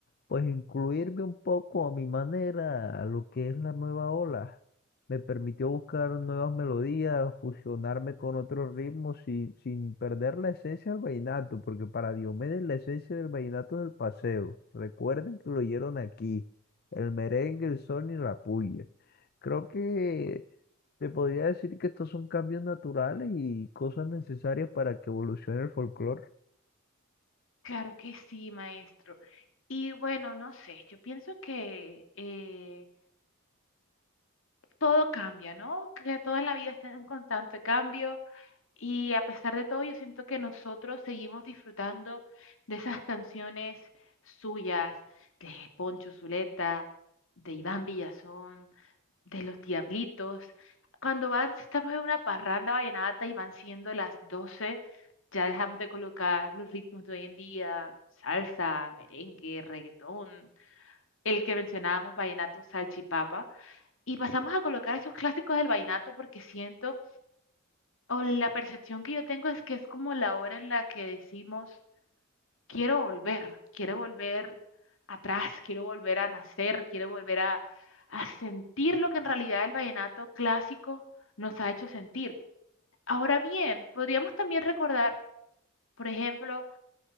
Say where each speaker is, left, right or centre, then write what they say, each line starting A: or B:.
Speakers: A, on the left; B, on the left.
A: pues incluirme un poco a mi manera a lo que es la nueva ola. Me permitió buscar nuevas melodías, fusionarme con otros ritmos sin, sin perder la esencia del vallenato, porque para Diomedes la esencia del vallenato es el paseo. Recuerden que lo oyeron aquí, el merengue, el son y la puya. Creo que se podría decir que estos son cambios naturales y cosas necesarias para que evolucione el folclore.
B: Claro que sí, maestro. Y bueno, no sé, yo pienso que eh, todo cambia, ¿no? Que todo en la vida está en constante cambio Y a pesar de todo, yo siento que nosotros seguimos disfrutando de esas canciones suyas, de Poncho Zuleta, de Iván Villazón, de Los Diablitos. Cuando van, si estamos en una parranda vallenata y van siendo las doce ya dejamos de colocar los ritmos de hoy en día, salsa, merengue, reggaetón, el que mencionábamos, vallenato, salchipapa, y pasamos a colocar esos clásicos del vallenato porque siento o la percepción que yo tengo es que es como la hora en la que decimos, quiero volver, quiero volver atrás, quiero volver a nacer, quiero volver a, a sentir lo que en realidad el vallenato clásico nos ha hecho sentir. Ahora bien, podríamos también recordar, por ejemplo,